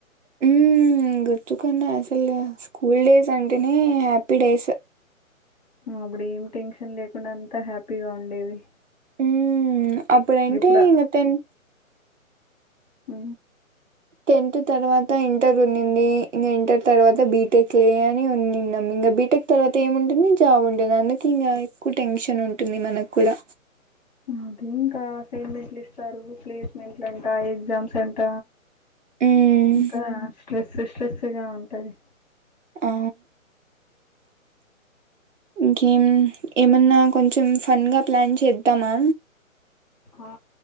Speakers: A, on the right; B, on the left.
A: ఉ గుర్తుకున్నా అసలు స్కూల్ డేస్ అంటేనే హ్యాపీ డేస్
B: అప్పుడు ఏం టెన్షన్ లేకుండా అంతా హ్యాపీగా ఉండేవి
A: ఉ అప్పుడు ఏంట
B: ఇప్పుడు
A: ఇక తెన్
B: ఆ
A: టెన్త్ తర్వాత ఇంటర్ ఉన్నింది ఇంకా ఇంటర్ తర్వాత బీటెక్ లే అని ఉన్నింద ఇంకా బీటెక్ తర్వాత ఏముంటుంది జాబ్ ఉంటుంది అందుకు ఇంకా ఎక్కువ టెన్షన్ ఉంటుంది మనకు కూడా
B: అదే ఇంకా అసైన్మెంట్లు ఇస్తారు ప్లేస్మెంట్లు అంటా ఎగ్జామ్స్ అంట
A: హ్మ్.
B: ఇకా స్ట్రెస్ స్ట్రెస్ గా ఉంటుంది
A: అ ఇంకేమ్ ఏమన్నా కొంచెం ఫన్గా ప్లాన్ చేద్దామా
B: ఆ